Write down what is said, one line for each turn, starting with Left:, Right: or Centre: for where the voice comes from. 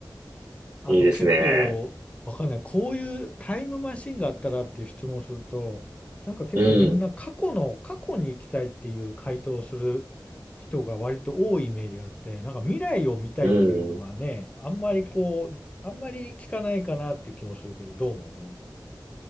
Left: あと結構、
Right: いいですね。
Left: わかんない。こういうタイムマシンがあったらっていう質問をすると、なんか結構みんな過去の、
Right: うん。
Left: 過去に行きたいっていう回答をする人が割と多いイメージがあって、なんか未来を見たいっていうのはね、
Right: うん。
Left: あんまりこう、あんまり聞かないかなっていう気もするけど、どう思